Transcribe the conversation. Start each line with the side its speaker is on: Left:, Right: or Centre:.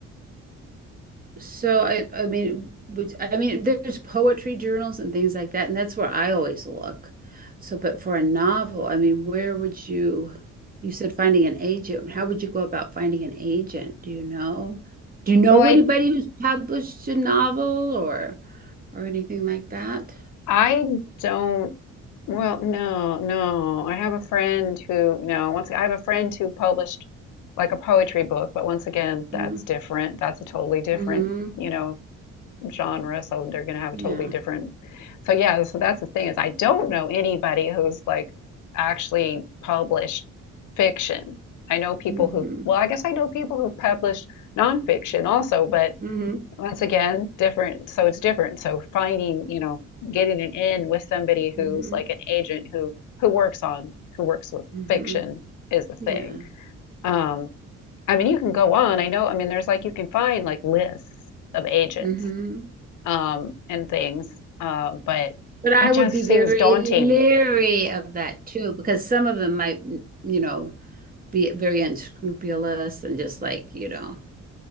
Right: So I I mean which I mean there's poetry journals and things like that and that's where I always look. So but for a novel, I mean where would you you said finding an agent. How would you go about finding an agent? Do you know? Do you know
Left: well, I,
Right: anybody who's published a novel or or anything like that?
Left: I don't, well, no, no. I have a friend who, no, once I have a friend who published like a poetry book, but once again, that's
Right: Mm-hmm.
Left: different. That's a totally different,
Right: Mm-hmm.
Left: you know, genre. So they're going to have
Right: Yeah.
Left: a totally different. So yeah, so that's the thing is I don't know anybody who's like actually published fiction. I know people
Right: Mm-hmm.
Left: who, well, I guess I know people who've published nonfiction also, but
Right: Mm-hmm.
Left: once again, different. So it's different. So finding, you know, getting an in with somebody who's
Right: Mm-hmm.
Left: like an agent who who works on who works with
Right: Mm-hmm.
Left: fiction is the thing.
Right: Yeah.
Left: Um, I mean, you can go on. I know. I mean, there's like you can find like lists of agents
Right: Mm-hmm.
Left: um, and things, uh, but
Right: But I
Left: it
Right: would
Left: just
Right: be very
Left: seems daunting
Right: leery of that too, because some of them might, you know, be very unscrupulous and just like, you know,